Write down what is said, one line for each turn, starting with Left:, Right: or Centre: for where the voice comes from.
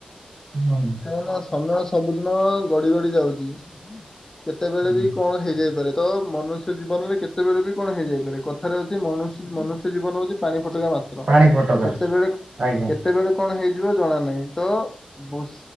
Right: ହଁ।
Left: ନାଇଁ ନା ସମୟ ସବୁଦିନ ଗଡି ଗଡି ଯାଉଛି। କେତେବେଳେ
Right: ହୁଁ
Left: ବି କଣ ହେଇ ଯାଇପାରେ। ତ ମନୁଷ୍ୟ ଜୀବନରେ କେତେବେଳେ ବି କଣ ହେଇ ଯାଇପାରେ। କଥାରେ ହଉଛି ମଣୁ ମନୁଷ୍ୟ ଜୀବନ ହଉଛି ପାଣି ଫଟକା ମାତ୍ ତ୍ର
Right: ପାଣି ଫୋଟକା
Left: କେତେବେଳେ
Right: ଆଜ୍ଞା
Left: କେତେବେଳେ କଣ ହେଇଯିବ ଜଣା ନାହିଁ। ତ ବୁସ